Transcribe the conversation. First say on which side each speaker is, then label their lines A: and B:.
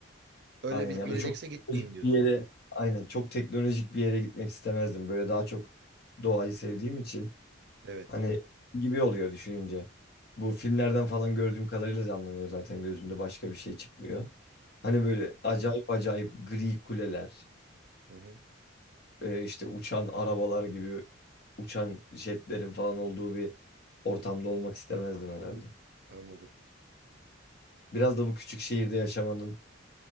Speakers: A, on the right; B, on the left.
A: Öyle
B: Aynen
A: bir
B: ya
A: gelecekse
B: böyle çok
A: gitmeyeyim
B: teknolojik
A: diyorsun
B: bir yere
A: yani.
B: aynen çok teknolojik bir yere gitmek istemezdim. Böyle daha çok doğayı sevdiğim için
A: Evet.
B: hani gibi oluyor düşününce. Bu filmlerden
A: Hı hı.
B: falan gördüğüm kadarıyla canlanıyor zaten gözümde başka bir şey çıkmıyor. Hani böyle
A: Evet.
B: acayip acayip gri kuleler.
A: Hı hı.
B: e, işte uçan arabalar gibi uçan jetlerin falan olduğu bir ortamda olmak istemezdim herhalde.
A: Anladım.
B: Biraz da bu küçük şehirde yaşamanın